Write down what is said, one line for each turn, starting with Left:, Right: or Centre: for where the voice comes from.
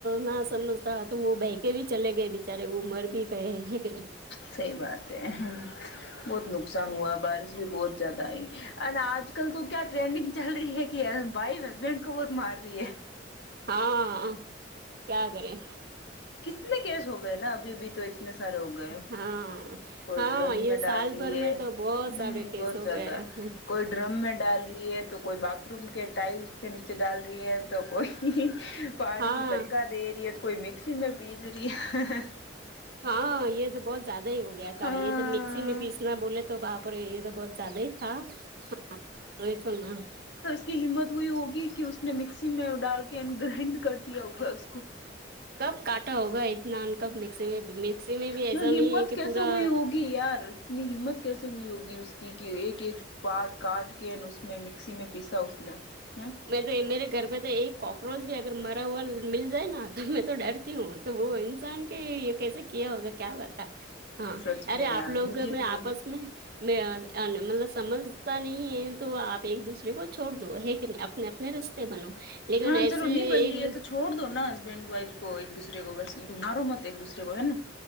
Right: نہ سمجھ تو وہ بہکے بھی چلے گئے بچارے وہ مر بھی گئے ہے کہ نہیں
Left: صحیح بات ہے بہت نقصان ہوا بارش بھی بہت زیادہ ہے اینڈ آج کل تو کیا ٹرینڈنگ چل رہی ہے کی بائی بنٹ کو بہت مار رہی ہے
Right: ہاں کیا کریں
Left: اتنے کیس ہو گئے نا ابھی ابھی تو اتنے سارے ہو گئے
Right: ہاں
Left: کوئی
Right: ہاں
Left: ڈرم
Right: یہ
Left: میں
Right: سال
Left: ڈال رہی
Right: بھر
Left: ہے
Right: میں تو بہت
Left: ہمم
Right: سارے کیس
Left: بہت
Right: ہو
Left: زیادہ
Right: گئے ہیں۔
Left: کوئی ڈرم میں ڈال رہی ہے تو کوئی بات تھ روم کے ٹائلس کے نیچے ڈال رہی ہے تو کوئی پہاڑی
Right: ہاں
Left: سے دھک کا دے رہی ہے تو کوئی مکسی میں پیس رہی ہے
Right: ہاں یے تو بہت زیادہ ہی ہو گیا تھا
Left: ہاں
Right: یے تو مکسی میں پیسنا بولے تو باپ رے یے تو بہت زیادہ ہی تھا <unintelligible> وہی تو نا
Left: کس کی ہمت ہوئی ہوگی کی اس نے مکسی میں ڈال کے گرائنڈ کر دیا ہوگا اس کو
Right: کب کاٹا ہوگا ات نان کب مکسی میں مکسی میں بھی ایسا
Left: نہ ہمت
Right: نہیں ہے کی
Left: کیسے
Right: پورا
Left: ہوئی ہوگی یار اتنی ہمت کیسے ہوئی ہوگی اس کی کی ایک ایک پاٹ کاٹ کے اس میں مکسی میں پیسا اس نے ہمم
Right: میں تو میرے گھر پے تو ایک کاکروچ بھی اگر مرا ہوا مل جائے نا میں تو ڈرتی ہوں تو وہ انسان کے یے کیسے کیا ہوگا کیا بتا ہاں
Left: سچ
Right: ارے
Left: میں
Right: آپ
Left: یار
Right: لوگ
Left: مجھے
Right: میں
Left: بھی
Right: آپس میں میں مطلب سمجھتا نہیں ہے تو آپ ایک دوسرے کو چھوڑ دو ہے کہ نہیں اپنے اپنے رستے بنو لیکن
Left: ہاں
Right: ایسے
Left: چلو نہیں بن
Right: ایک
Left: رہی ہے تو چھوڑ دو نا ہسبینڈ وائف کو ایک دوسرے کو بس مارو مت ایک دوسرے کو ہے نا